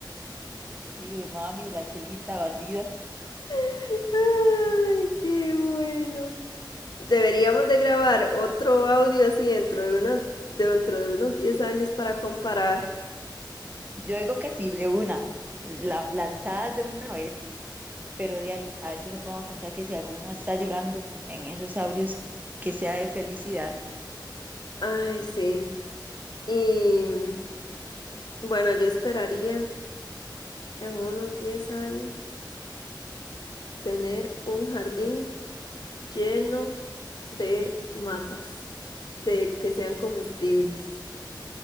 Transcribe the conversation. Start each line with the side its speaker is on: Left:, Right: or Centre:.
Right: Sí, de mami, de la chelita, bandida.
Left: <laughs> Ay, qué bueno. Deberíamos de grabar otro audio así dentro de unos, dentro de unos 10 años para comparar.
Right: Yo digo que sí, de una, la, lanzadas de una vez, pero de ahí a veces me pongo a pensar que si alguno está llorando en esos audios, que sea de felicidad,
Left: Ay, sí. Y mm, bueno, yo esperaría en unos 10 años tener un jardín lleno de matas, de que sean comestibles.